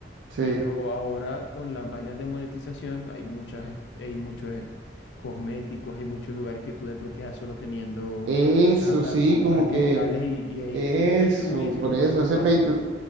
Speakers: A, on the right; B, on the left.
A: sí.
B: Pero ahora con las vainas de monetización hay muchas, es- hay muchos eh, cosméticos, hay muchos lugares que tú desbloqueas solo teniendo
A: Eso
B: plata,
A: sí,
B: compras
A: como
B: cristales
A: que
B: y, y ahí-
A: Eso,
B: no es un pay to win, sino
A: por
B: un
A: eso,
B: pay to
A: ese
B: fast.
A: pay to,